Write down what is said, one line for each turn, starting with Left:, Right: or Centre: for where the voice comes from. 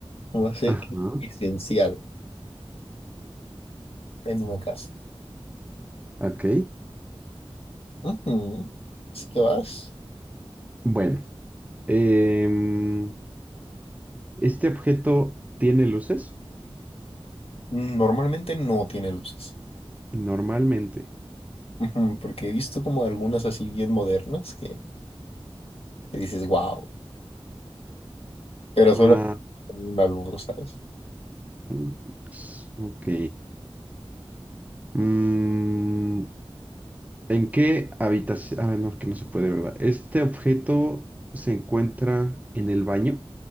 Left: va a ser
Right: Ajá,
Left: que es esencial. en una casa.
Right: ok.
Left: Ujú. Así que vas.
Right: Bueno, em, ¿este objeto tiene luces?
Left: Mm, Normalmente no tiene luces,
Right: Normalmente.
Left: Ujú, porque he visto como algunas así bien modernas que, que dices, wow, pero solo
Right: Ah,
Left: con una luz, ¿sabes?
Right: mm, s- ok. Mm, ¿en qué habitación? Ah, no, que no se puede, ¿verdad? ¿Este objeto se encuentra en el baño?